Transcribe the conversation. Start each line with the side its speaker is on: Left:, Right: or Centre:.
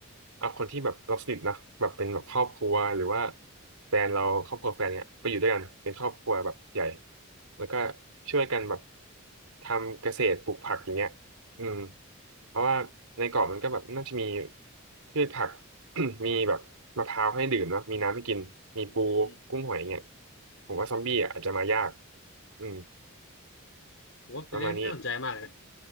Right: เอาคนที่แบบเราสนิทนะแบบเป็นแบบครอบครัวหรือว่าแฟนเราครอบครัวแฟนเนี่ยไปอยู่ด้วยกันเป็นครอบครัวแบบใหญ่แล้วก็ช่วยกันแบบทำเกษตรปลูกผักอย่างเงี้ยอืมเพราะว่าในเกาะมันก็แบบน่าจะมีพืชผัก <coughs> <clears throat> มีแบบมะพร้าวให้ดื่มเนอะมีน้ำให้กินมีปูกุ้งหอยเงี้ย
Left: อืม
Right: ผมว่าซอมบี้อ่ะอาจจะมายากอืม
Left: ผมว่าเป็นเรื่องที่น่าสนใจมากเลยนะ
Right: ประมาณนี้